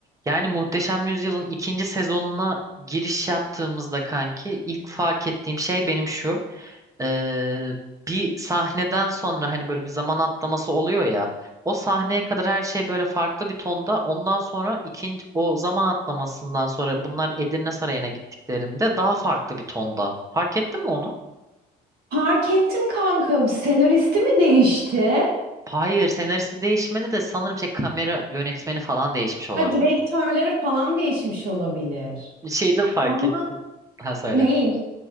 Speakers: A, on the right (about 20°); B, on the right (about 70°).
A: Yani Muhteşem Yüzyıl'ın ikinci sezonuna giriş yaptığımızda kanki ilk fark ettiğim şey benim şu. Ee, bir sahneden sonra hani böyle bir zaman atlaması oluyor ya. O sahneye kadar her şey böyle farklı bir tonda. Ondan sonra ikinci o zaman atlamasından sonra bunlar Edirne Sarayı'na gittiklerinde daha farklı bir tonda. Fark ettin mi onu?
B: Fark ettim kanka. Senaristi mi değişti?
A: Hayır, senaristi değişmedi de sanırım şey kamera yönetmeni falan değişmiş olabilir.
B: Ha, direktörleri falan değişmiş olabilir.
A: Şeyde fark
B: Ama
A: ettim. Ha söyle.
B: ney?